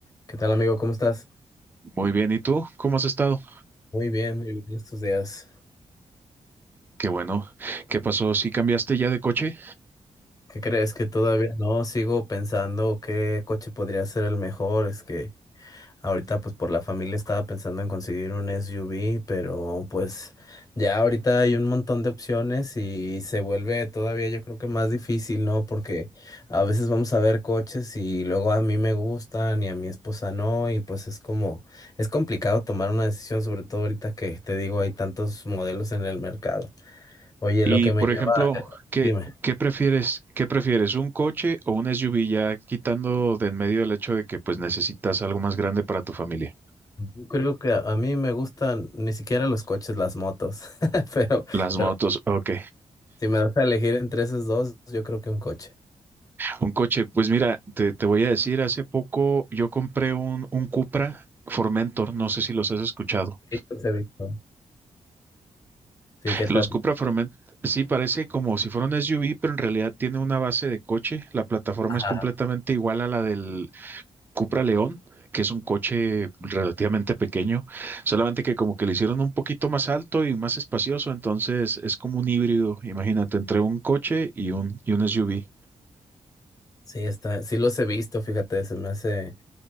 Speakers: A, on the left (about 30°); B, on the right (about 15°).
A: ¿Qué tal, amigo? ¿Cómo estás?
B: Muy bien, ¿y tú? ¿Cómo has estado?
A: Muy bien, muy bien estos días.
B: Qué bueno. ¿Qué pasó? ¿Si cambiaste ya de coche?
A: ¿Qué crees? Que todavía no sigo pensando qué coche podría ser el mejor. Es que ahorita, pues por la familia estaba pensando en conseguir un SUV, pero pues ya ahorita hay un montón de opciones y se vuelve todavía yo creo que más difícil, ¿no? Porque a veces vamos a ver coches y luego a mí me gustan y a mi esposa no, y pues es como, es complicado tomar una decisión, sobre todo ahorita que te digo, hay tantos modelos en el mercado. Oye,
B: Y,
A: lo que
B: por
A: me lleva,
B: ejemplo, ¿qué,
A: dime,
B: qué prefieres? ¿Qué prefieres? ¿Un coche o un SUV? Ya quitando de en medio el hecho de que pues necesitas algo más grande para tu familia.
A: yo creo que a, a mí me gustan ni siquiera los coches, las motos, <laughs> pero,
B: Las
A: pero
B: motos, ok.
A: si me das a elegir entre esos dos, yo creo que un coche.
B: Un coche, pues mira, te, te voy a decir, hace poco yo compré un, un Cupra Formentor, no sé si los has escuchado.
A: Sí, los he visto. Sí, ¿qué
B: Los
A: tal?
B: Cupra Formentor, sí, parece como si fuera un SUV, pero en realidad tiene una base de coche. La plataforma
A: Ajá.
B: es completamente igual a la del Cupra León, que es un coche relativamente pequeño, solamente que como que le hicieron un poquito más alto y más espacioso, entonces es como un híbrido, imagínate, entre un coche y un, y un SUV.
A: Sí, está, sí los he visto, fíjate, se me hace.